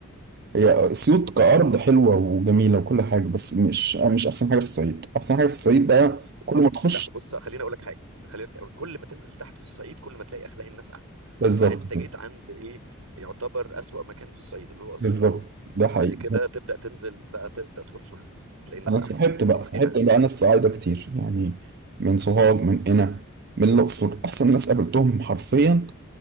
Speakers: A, on the right (about 45°); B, on the right (about 80°).
A: هي اسيوط كارض حلوة وجميلة وكل حاجة بس مش آه مش احسن حاجة في الصعيد احسن حاجة في الصعيد بقى كل
B: طب-
A: ما تخش
B: لا بص خليني اقول لك حاجه خليني أقول كل ما تنزل تحت في الصعيد كل ما تلاقي اخلاق الناس احسن
A: بالظبط
B: يعني انت
A: كده.
B: جيت عند ايه يعتبر اسوأ مكان في الصعيد اللي هو اسيوط
A: بالظبط ده حقيقي
B: بعد كده تبدا تنزل بقى تبدا تروح سوهاج تلاقي الناس
A: انا
B: احسن
A: صاحبت بقى
B: روح
A: صاحبت
B: هنا
A: بقى ناس صعايده كتير يعني من سوهاج من قنا من الاقصر احسن ناس قابلتهم حرفيا